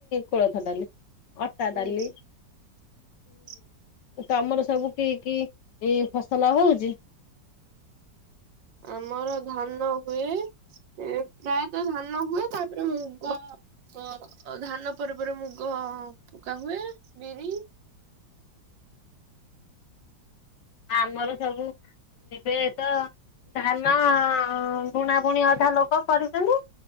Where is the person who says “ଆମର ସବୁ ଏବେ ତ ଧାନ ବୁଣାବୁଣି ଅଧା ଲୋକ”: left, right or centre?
Left